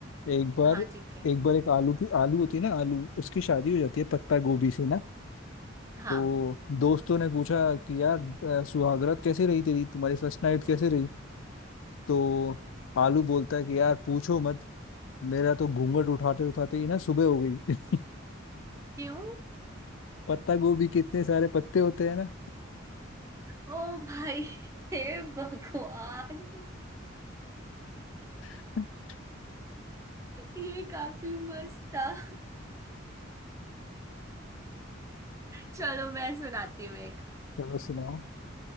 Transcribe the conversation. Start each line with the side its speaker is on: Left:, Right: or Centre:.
Left: एक बार
Right: हाँ ठीक है
Left: एक बार एक आलू की आलू होती है ना आलू उसकी शादी हो जाती है पत्ता गोभी से ना
Right: हाँ
Left: तो दोस्तों ने पूछा कि यार अ, सुहागरात कैसे रही तेरी तुम्हारी फर्स्ट नाइट कैसे रही तो आलू बोलता है कि यार पूछो मत मेरा तो घूंघट उठाते उठाते ही ना सुबह हो गई <laughs>
Right: क्यों
Left: पत्ता गोभी के इतने सारे पत्ते होते हैं ना
Right: ओ भाई हे भगवान
Left: <laughs>
Right: ये काफी मस्त था चलो मैं सुनाती हूँ एक
Left: चलो सुनाओ